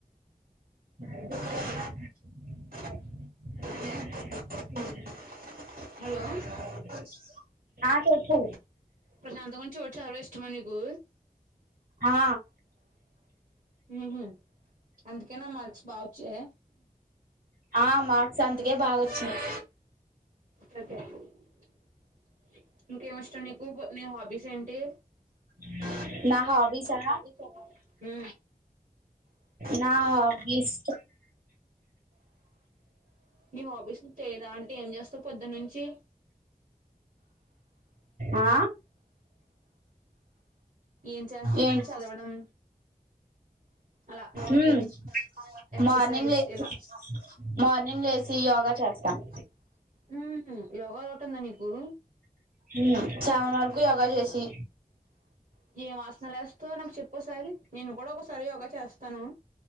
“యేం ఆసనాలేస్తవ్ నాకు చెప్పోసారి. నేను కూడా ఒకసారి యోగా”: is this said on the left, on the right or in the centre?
Right